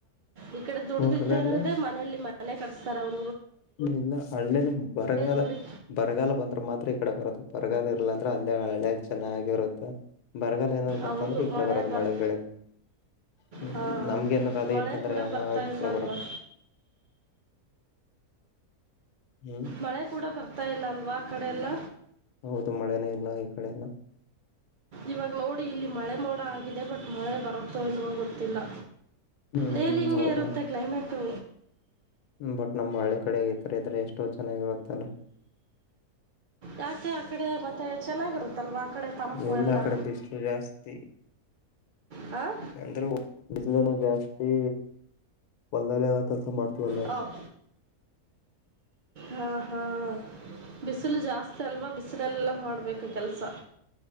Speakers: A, on the right; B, on the left.
A: ಈ ಕಡೆ ದುಡ್ದಿದ್ದರದೇ
B: ಊರಲೆಲ್ಲ
A: ಮನೇೆಯಲ್ಲಿ ಮನೆ ಕಟ್ಸ್ತಾರ ಅವರು <inaudible>
B: ಇಲ್ಲ ಹಳ್ಳಲಿ ಬರಗಾಲ
A: ದುಡಿ
B: ಬರಗಾಲ ಬಂದ್ರೆ ಮಾತ್ರ ಈ ಕಡೆ ಬರದು ಬರಗಾಲ ಇರಲ್ಲಂತ ಅಲ್ಲೇ ಹಳ್ಳ್ಯಾಗ ಚೆನ್ನಾಗಿರುತ್ತೆ ಬರಗಾಲ ಏನಾದ್ ಬಂತ
A: ಹೌದು
B: ಅಂದ್ರೆ ಈ ಕಡೆ
A: ಮಳೆ
B: ಬರದು
A: ಬರ್
B: ಮಳೆಗಳೇ ಹ್ಮ್
A: ಹಾಂ
B: ನಮ್ಗೆನಾರ್ ಅದೆ
A: ಮಳೆ
B: ಇತ್ತ ಅಂದ್ರೆ
A: ಕೂಡ
B: ಯಾನ
A: ಬರ್ತಾ ಇಲ್ಲ
B: ಕೂಡ
A: ಅಲ್ವಾ
B: ಬರಕ್ ಹ್ಮ್
A: ಮಳೆ ಕೂಡ ಬರ್ತಾ ಇಲ್ಲ ಅಲ್ವಾ ಆ ಕಡೆ ಎಲ್ಲ
B: ಹೌದು ಮಳೆನೇ ಇಲ್ಲ ಈ ಕಡೆ ಎಲ್ಲ
A: ಇವಾಗ ನೋಡಿ ಇಲ್ಲಿ ಮಳೆ ಮೋಡ ಆಗಿದೆ ಬಟ್ ಮಳೆ ಬರುತ್ತೋ ಇಲ್ವೋ ಗೊತ್ತಿಲ್ಲ
B: ಹ್ಮ್
A: ಡೈಲಿ ಹಿಂಗೆ
B: ಹೌದಾ
A: ಇರುತ್ತೆ ಕ್ಲೈಮೇಟು
B: ಬಟ್ ನಮ್ಮ್ ಹಳ್ಳಿ ಕಡೆ ಈ ತರ ಇದ್ರೆ ಎಷ್ಟೋ ಚೆನ್ನಾಗಿರುತ್ತಲ್ಲ
A: ಯಾಕೆ ಆ ಕಡೆ ಮತ್ತೆ ಚೆನ್ನಾಗಿರುತ್ತಲ್ವಾ ಕಡೆ ತಂಪು
B: ಇಲ್ಲ
A: ಎಲ್ಲ
B: ಕಡೆ ಬಿಸಿಲು ಜಾಸ್ತೀ
A: ಹಾಂ
B: ಅಂದ್ರೂ ಬಿಸಿಲುನು ಜಾಸ್ತಿ ಒಂದಾಲ ಕೆಲ್ಸ ಮಾಡ್ತವಲ್ಲ
A: ಹಾಂ ಹಾ ಹಾ <inaudible> ಬಿಸಿಲು ಜಾಸ್ತಿ ಅಲ್ವಾ ಬಿಸಿಲೆಲ್ಲ ಮಾಡಬೇಕು ಕೆಲಸ